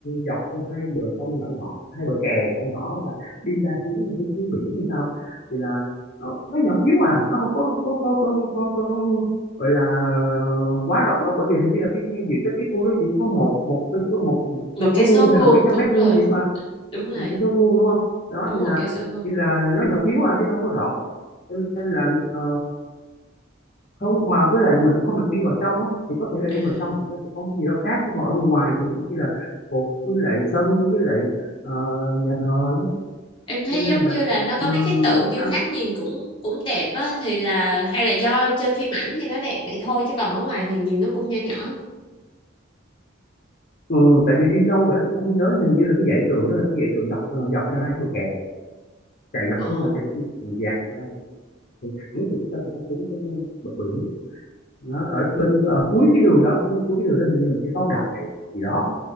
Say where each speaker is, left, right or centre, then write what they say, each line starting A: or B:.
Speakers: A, on the left; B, on the left.
A: dọc theo hai bờ sông nhỏ nhỏ hai bờ kè nhỏ nhỏ và đi ra hướng hướng, hướng biển như sao thì là nó, nó nhỏ xíu à nó không có có có có, có, có gọi là quá rộng đâu bởi vì hình như là cái diện tích cái khu đó chỉ có một một cái số một
B: một
A: cây
B: cái
A: số vuông
B: số
A: hay
B: vuông
A: là mấy trăm
B: đúng
A: mét vuông
B: rồi
A: gì đó mà
B: đúng rồi
A: một cái số vuông đúng không đó
B: đúng
A: thì
B: một
A: là
B: cái số vuông
A: thì là nó nhỏ xíu à chứ nó không có rộng cho nên là ờ, không mà với lại là mình cũng không được đi vào trong á thì có thể là
B: à
A: đi vào trong thì nó sẽ có một cái gì đó khác chứ ngồi ở ngoài thì cũng chỉ là cột với lại sân với lại ờ, nhà thờ nhé
B: Em thấy
A: cho nên
B: giống
A: là, là
B: như là nó có
A: ừm,
B: mấy cái tượng điêu
A: anh
B: khắc nhìn cũng cũng đẹp á thì là hay là do trên phim ảnh thì nó đẹp vậy thôi chứ còn ở ngoài thì nhìn nó cũng nhỏ nhỏ.
A: ừm, tại vì đi lâu rồi anh cũng không nhớ hình như là cái dãy tượng đó là cái dãy tượng dọc ờ, dọc theo hai cái bờ kè chạy dọc
B: Ờ.
A: xuống là chạy cái đường dài hai từ thẳng từ cái sân nó xuống cái bờ biển nó ở bên ở cuối cái đường đó cuối cái đường đó hình như là một cái pháo đài gì đó